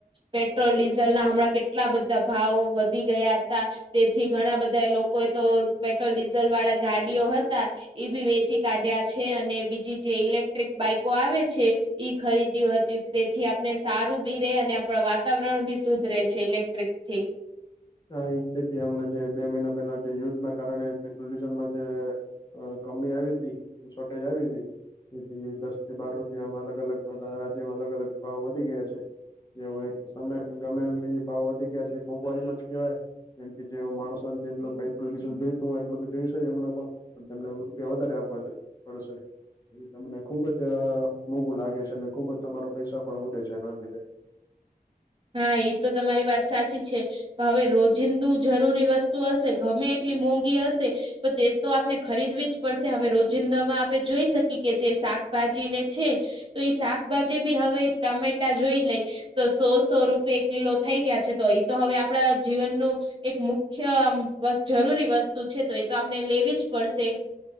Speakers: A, on the right; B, on the left.
A: પેટ્રોલ ડીઝલ ના હમણાં કેટલા બધા ભાવ વધી ગયા હતા. તેથી ઘણા બધા લોકો એ તો પેટ્રોલ ડીઝલ વાળા ગાડીઓ હતા. એ બી વેચી કાઢ્યા છે અને બીજી જે ઇલેક્ટ્રિક બાઈકો આવે છે ઈ ખરીદ્યું હતું તેથી આપને સારું બી રે અને આપણ વાતાવરણ બી શુદધરે છે ઇલેક્ટ્રિક થી.
B: હા એ જ છે કેમને જે બે મહિના પેલા જે યુદ્ધ ના કારણે પ્રોલ્યુશનમાં જે. અ કમી આવી તી શોર્ટેજ આવી તી. એથી દસ થી બાર રૂપિયામાં અલગ અલગ રાજ્યમાં અલગ અલગ ભાવ વધી ગયા છે. એવું એક સમ ગમે એ એ ભાવ વધી ગયા છે મોંઘવારીમાં જ કવાય કેમ કે જે માણસોને જે પેટ્રોલ ડીઝલ જોઈતું હોય એટલું તો જોઈશે હમણા પણ પણ તને રૂપિયા વધારે આપવા પડશે. એ તમને ખુબ જ મોંઘું લાગે છે અને ખુબ જ તમારો પૈસા પણ ઉડે છે એના લીધે
A: હા એ તો તમારી વાત સાચી છે. હવે રોજિંદુ જરૂરી વસ્તુ હશે ગમે એટલી મોંઘી હશે. તો તે તો આપને ખરીદવી જ પડશે હવે રોજિંદામાં આપણે જોઈ શકીએ કે જે શાકભાજીને છે. તો એઈ શાકભાજી બી હવે ટમેટા જોઈ લઈ તો સોસ સો રૂપિયા કિલો થઈ ગયા છે તો એ તો હવે આપણા જીવનનું એક મુખ્ય જરૂરી વસ્તુ છે તો એ તો આપને લેવી જ પડશે